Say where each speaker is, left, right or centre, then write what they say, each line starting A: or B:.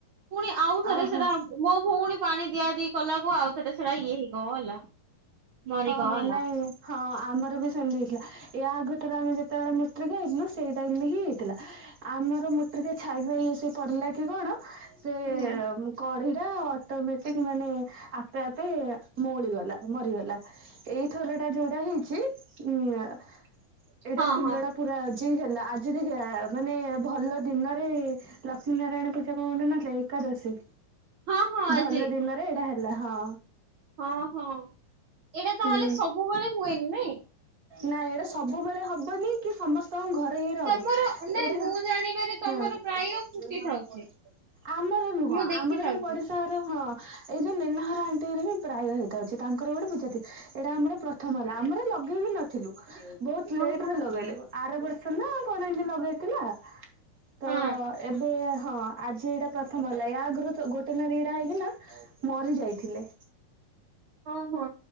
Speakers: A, on the right (about 55°); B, on the right (about 30°).
A: ପୁଣି ଆଉ ଥରେ
B: ଓହୋ।
A: ସେଟା ମୋ ଭଉଣୀ ପାଣି ଦିଆଦି କଲାକୁ ଆଉ ଥର ସେଇଟା ଇଏ ହେଇଗଲା। ମରିଗଲା
B: ହଁ ହଁ ନାଇଁ ହଁ ଆମର ବି ସେମିତି ହେଇଥିଲା। ଏୟା ଆଗ ଥର ଆମେ ଯେତେବେଳେ ମୁତ୍ରିକା ହେଇଥିଲୁ ସେଇଟା ବୋଲିକି ହିଁ ହେଇଥିଲା। ଆମର ମୂତ୍ରିକା ଛାଇ ଫାଇ ସେ ପଡ଼ିଲା କି କଣ ସେ
A: ହୁଁ
B: କଢି ଟା ଅଟୋମେଟିକ ମାନେ ଆପେ ଆପେ ମଉଳିଗଲା ମରିଗଲା। ଏଇ ଥର ଟା ଯୋଉଟା ହେଇଛି ଉଁ ଏଇଟା
A: ହଁ
B: ଫୁଲ
A: ହଁ
B: ଟା ପୁରା ଆଜି ହେଲା ଆଜିରେ ହିଁ ମାନେ ଭଲ ଦିନରେ ଲକ୍ଷ୍ମୀ ନାରାୟଣ ପୂଜା କଣ ଗୋଟେ ନଥିଲେ ଏକାଦଶୀ।
A: ହଁ ହଁ ଆଜି
B: ଭଲ ଦିନରେ ଏଇଟା ହେଲା ହଁ।
A: ହଁ ହଁ। ଏଇଟା
B: ହୁଁ
A: ତାହେଲେ ସବୁବେଳେ ହୁଏନି ନାଇଁ
B: ନାଇଁ ଏଇଟା ସବୁବେଳେ ହବନି କି ସମସ୍ତଙ୍କ ଘରେ ଇଏରେ ହବନି
A: ତମର ନାଇଁ
B: ଏଇଟା
A: ମୁଁ ଜାଣିବାରେ ତମର
B: ହଁ।
A: ପ୍ରାୟ ଫୁଟି ଥାଉଛି
B: ଆମର ନୁହଁ
A: ମୁଁ ଦେଖିଥାଉଛି
B: ଆମର ଏଇ ପଡିଶା ହଁ ଏଇ ଯୋଉ ନିନ୍ନା ଘର ଆଣ୍ଟି ହିଁ ପ୍ରାୟ ହେଇଥାଉଛି ତାଙ୍କର ଗୋଟେ ପୂଜା ଏଇଟା ଆମର ପ୍ରଥମ ହେଲା ଆମର ଲଗେଇବି ନଥିଲୁ ବହୁତ
A: ଓହୋ
B: ଲେଟରେ ଲଗେଇଲୁ ଆର ବର୍ଷ ନା କଣ ଏମତି ଲଗେଇଥିଲା ତ
A: ହଁ
B: ଏବେ ହଁ ଆଜି ଏଇଟା ପ୍ରଥମ ହେଲା ୟା ଆଗରୁ ଗୋଟେ ନା ଦିଟା ହେଇଥିଲା ମରି ଯାଇଥିଲେ
A: ହଁ ହଁ